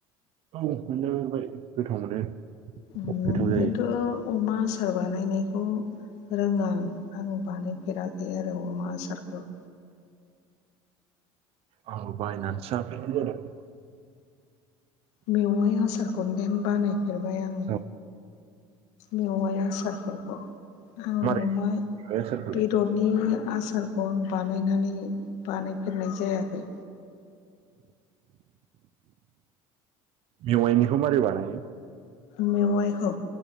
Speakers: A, on the right (about 55°); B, on the left (about 75°).
A: औ मोनजाफेरबाय गोथाव मोनो।
B: उम
A: गोथाव जायो
B: खिनथु अमा आसार बानायनायखौ रोङा आं आं बानायफेराखै आरो अमा आसारखौ।
A: औ बायनासो जाफेरनाय जादों
B: मेवाइ आसारखौ देन बानायफेरबाय आङो।
A: औ
B: मेवाइ आसारफोरखौ। आं
A: मारै
B: अमा
A: बानायो आसारखौलाय
B: बेदरनि आसारखौ आं बानायनानै बानायफेरनाय जायाखै।
A: मेवाइनिखौ मारै बानायो
B: मेवाइखौ